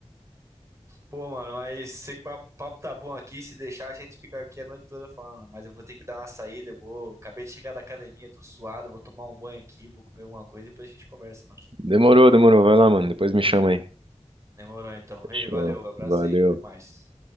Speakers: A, on the right; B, on the right.
A: Pô, mano, mas sei que o papo papo tá bom aqui. Se deixar, a gente fica aqui a noite toda falando. né? Mas eu vou ter que dar uma saída. Eu vou. Acabei de chegar da academia, tô suado. Vou tomar um banho aqui, vou comer alguma coisa. Depois a gente conversa, mano.
B: Demorou, demorou. Vai lá, mano. Depois me chama aí.
A: Demorou então.
B: Fechou.
A: Ei, valeu, abraço
B: Valeu.
A: aí, até mais.